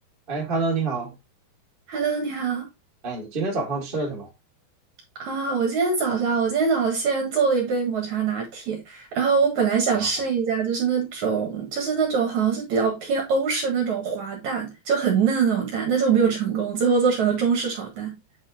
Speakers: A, on the right; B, on the right.
A: 哎，Hello，你好。
B: Hello，你好
A: 哎，你今天早上吃了什么？
B: 啊！我今天早上，我今天早上先做了一杯抹茶拿铁，然后我本来想试一下，
A: 啊，
B: 就是那种，就是那种好像是比较偏欧式那种滑蛋，就很嫩的那种蛋，但是我没有成功，最后做成了中式炒蛋。